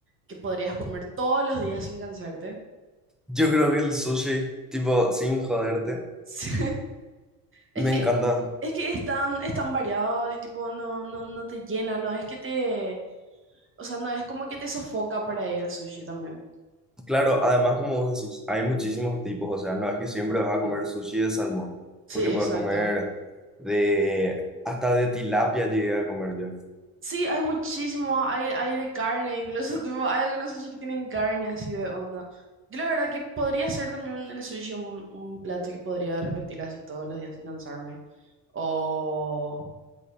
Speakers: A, on the right; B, in the centre.
A: que podrías comer todos los días sin cansarte? <laughs>
B: Yo creo que el sushi, tipo, sin joderte,
A: Sí. Es
B: me
A: que,
B: encanta.
A: es que es tan, es tan variado y tipo no, no, no te llena, no es que te, o sea, no es como que te sofoca por ahí el sushi también.
B: Claro, además, como vos decís, hay muchísimos tipos, o sea, no es que siempre vas a
A: Sí,
B: comer sushi de salmón,
A: Sí,
B: porque
A: exacto.
B: puedes comer de, hasta de tilapia llegué a comer yo.
A: Sí, hay muchísimo, hay, hay de carne, incluso <laughs> tipo, hay algunos sushi que tienen carne así de onda. Yo la verdad que podría ser también el sushi un, un plato que podría repetir así todos los días sin cansarme. O,